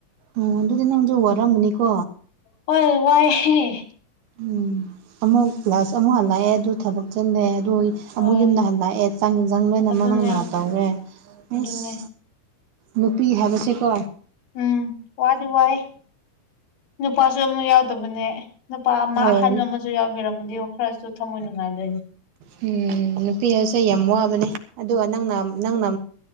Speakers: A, on the right; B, on the left.
A: ꯑꯣ ꯑꯗꯨꯗꯤ ꯅꯪꯁꯨ ꯋꯥꯔꯝꯒꯅꯤꯀꯣ
B: ꯍ‌ꯣꯏ ꯋꯥꯏꯍ‌ꯦ
A: ꯎꯝ ꯑꯃꯨꯛ ꯀ꯭ꯂꯥꯁ ꯑꯃꯨꯛ ꯍꯜꯂꯛꯑꯦ ꯑꯗꯨ ꯊꯕꯛ ꯆꯜꯂꯦ ꯑꯗꯣꯏ ꯑꯃꯨꯛ
B: ꯍꯣꯏ
A: ꯌꯨꯝꯗ ꯍꯜꯂꯛꯑꯦ ꯆꯥꯛ ꯌꯦꯟꯁꯥꯡ ꯂꯣꯏꯅꯃꯛ
B: ꯑꯗꯨꯅꯦ
A: ꯅꯪꯅ ꯇꯧꯔꯦ ꯑꯦꯁ
B: ꯑꯗꯨꯅꯦ
A: ꯅꯨꯄꯤ ꯍꯥꯏꯕꯁꯦꯀꯣ
B: ꯎꯝ ꯋꯥꯗꯤ ꯋꯥꯏꯌꯦ ꯅꯨꯄꯥ ꯁꯨ ꯑꯃꯨꯛ ꯌꯧꯗꯕ ꯅꯦ꯫ ꯅꯨꯄꯥ ꯑꯃ
A: ꯍꯣꯏ
B: ꯑꯍꯟ
A: ꯎꯝ
B: ꯑꯃꯁꯨ ꯌꯥꯎꯕꯤꯔꯝꯃꯗꯤ ꯈꯔꯁꯨ ꯊꯝꯃꯣꯏ ꯅꯨꯡꯉꯥꯏꯗꯣꯏꯅ‌ꯦ
A: ꯎꯝ ꯅꯨꯄꯤ ꯍꯥꯏꯁꯦ ꯌꯥꯝ ꯋꯥꯕꯅꯦ ꯑꯗ‌ꯣ ꯅꯪꯅ ꯅꯪꯅ